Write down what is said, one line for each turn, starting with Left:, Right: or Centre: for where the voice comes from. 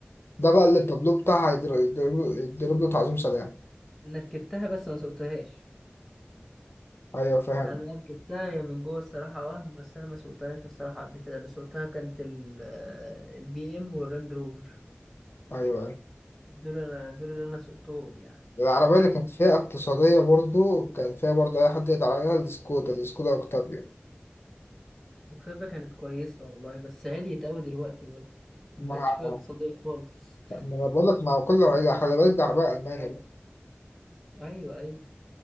Left: ده بقى اللي التابلو بتاعها يضرب يضرب- يضرب له تعظيم سلام
Centre: انا ركبتها بس ما سوقتهاش
Left: ايوه فاهم
Centre: يعني انا ركبتها هي من جوه الصراحه وهم بس انا ما سوقتهاش الصراحه قبل كده اللي سوقتها كانت ال- البي ام والرانج روفر
Left: ايوه ايوه
Centre: دول انا دول اللي انا سوقتهم يعني
Left: العربية
Centre: لكن
Left: اللي كانت فيها اقتصادية برضو كان فيها برضو أي حد يقدر عليها السكودا السكودا أوكتافيا
Centre: الكسبة كانت كويسة والله بس عليت أوي دلوقتي برضه مبقتش
Left: مع
Centre: فيها اقتصادية خالص
Left: ما أنا بقول لك مع كل عيلة خلي بالك دي عربية ألماني
Centre: آه.
Left: بقى.
Centre: أيوه أيوه